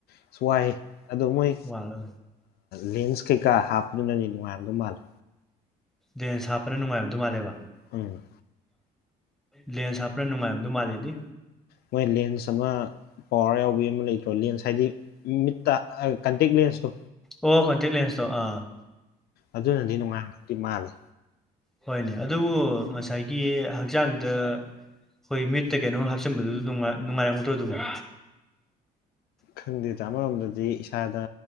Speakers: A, on the left; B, in the centre.
A: ꯑꯁ ꯋꯥꯏꯍꯦ ꯑꯗꯣ ꯃꯣꯏ
B: ꯋꯥꯔ
A: ꯂꯦꯟꯁ ꯀꯩꯀꯥ ꯍꯥꯞꯄꯗꯨꯅꯅꯦ ꯅꯨꯡꯉꯥꯏꯔꯝꯗꯧ ꯃꯥꯜꯂꯦ
B: ꯗꯦꯟꯁ ꯍꯥꯞꯄꯅ ꯅꯨꯡꯉꯥꯏꯔꯝꯗꯧ ꯃꯥꯜꯂꯦꯕ
A: ꯎꯝ
B: ꯂꯦꯟꯁ ꯍꯥꯞꯄꯅ ꯅꯨꯡꯉꯥꯏꯝꯗ ꯃꯥꯜꯂꯦꯗꯤ
A: ꯃꯣꯏ ꯂꯦꯟꯁ ꯑꯃ ꯄꯋꯥꯔ ꯌꯥꯎꯕ ꯑꯃ ꯂꯩꯇ꯭ꯔꯣ ꯂꯦꯟꯁ ꯍꯥꯏꯗꯤ ꯃꯤꯠꯇ ꯀꯟꯇꯦꯛ ꯂꯦꯟꯁꯇꯣ
B: ꯑꯣ ꯈꯣꯟꯇꯤ ꯂꯩꯁꯣ ꯑ
A: ꯑꯗꯨꯅꯗꯤ ꯅꯣꯡꯉꯥꯟꯕꯕꯗꯤ ꯃꯥꯜꯂꯦ
B: ꯍꯣꯏꯅꯦ ꯑꯗꯨꯕꯨ ꯉꯁꯥꯏꯒꯤ ꯍꯛꯆꯥꯡꯗ ꯍꯣꯏ ꯃꯤꯠꯇ ꯀꯩꯅꯣꯝ ꯍꯥꯞꯆꯤꯟꯕꯗꯨ ꯅꯨꯡꯉꯥꯏ ꯅꯨꯡꯉꯥꯏꯔꯝꯒꯗ꯭ꯔꯣ ꯑꯗꯨꯕꯨꯣ
A: ꯈꯪꯗꯦ ꯇꯥ ꯑꯃꯔꯣꯝꯗꯗꯤ ꯏꯁꯥꯗ